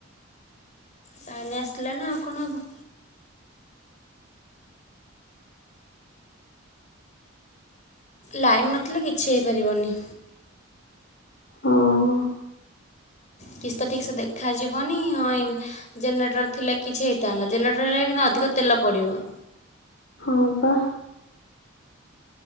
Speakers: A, on the left; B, on the left.
A: ଲାଇନି ଆସିଲାନି ଆଉ କଣ ହେବ। ଲାଇନ୍ ନଥିଲେ କିଛି ହେଇପାରିବନି।
B: ହଁ।
A: କିଛି ତ ଠିକ୍ ସେ ଦେଖାଯିବନି ଆଉ ଇ ଜେନେରେଟର ଥିଲେ କିଛି ହେଇଥାନ୍ତା ଜେନେରେଟର ହେଲେ କିନି ଅଧିକ ତେଲ ପଡ଼ିବ।
B: ହଁ ପା।